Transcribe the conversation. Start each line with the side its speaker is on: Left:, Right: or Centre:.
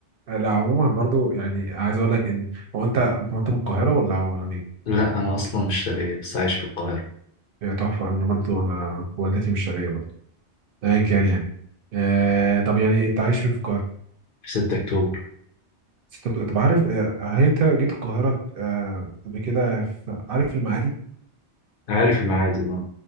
Right: لا عموما برضه يعني عايز اقول لك ان هو انت هو انت من القاهره ولا ولا منين؟
Left: لا أنا أصلا مش شرقية بس عايش في القاهرة
Right: هي تحفه انا برضه انا والدتي مش شرقيه برضه ايا كان يعني آه طب يعني انت عايش فين في القاهره؟
Left: في 6 أكتوبر
Right: بس انت طب عارف آه، هل انت جيت القاهره آه، قبل كده في- عارف المعادي
Left: عارف المعادي أه